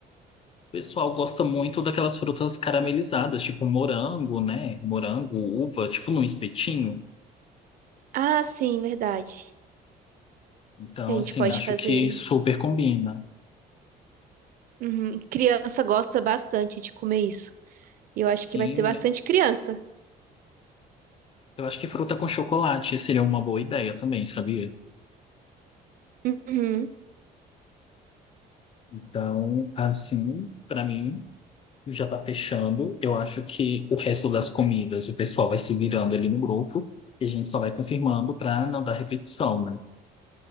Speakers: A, on the left; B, on the right.
A: o pessoal gosta muito daquelas frutas caramelizadas, tipo morango, né? Morango, uva, tipo num espetinho.
B: Ah, sim, verdade.
A: Então,
B: A gente
A: assim,
B: pode
A: acho
B: fazer.
A: que super combina.
B: Uhum. Criança gosta bastante de comer isso. E eu acho
A: Sim,
B: que vai ter bastante criança.
A: eu acho que fruta com chocolate seria uma boa ideia também, sabia?
B: Uhum.
A: Então, assim, pra mim, já tá fechando. Eu acho que o resto das comidas o pessoal vai se virando ali no grupo e a gente só vai confirmando pra não dar repetição, né?